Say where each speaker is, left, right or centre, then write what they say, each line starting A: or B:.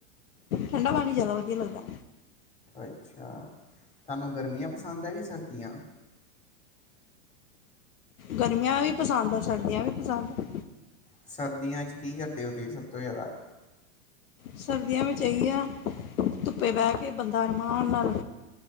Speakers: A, on the left (about 80°); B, on the left (about 15°).
A: ਠੰਡਾ ਪਾਣੀ ਜੈਦਾ ਵਧੀਆ ਲੱਗਦਾ।
B: ਅੱਛਾ ਤਹਾਨੂੰ ਗਰਮੀਆਂ ਪਸੰਦ ਹੈ ਕਿ ਸਰਦੀਆਂ।
A: ਗਰਮੀਆਂ ਵੀ ਪਸੰਦ ਆ ਸਰਦੀਆਂ ਵੀ ਪਸੰਦ ਆ।
B: ਸਰਦੀਆਂ ਚ ਕੀ ਕਰਦੇ ਹੋ ਤੁਸੀਂ ਸਭ ਤੋਂ ਜੈਦਾ।
A: ਸਰਦੀਆਂ ਵਿੱਚ ਇਹੀ ਆ ਧੁੱਪੇ ਬਹਿ ਕੇ ਬੰਦਾ ਅਰਮਾਨ ਨਾਲ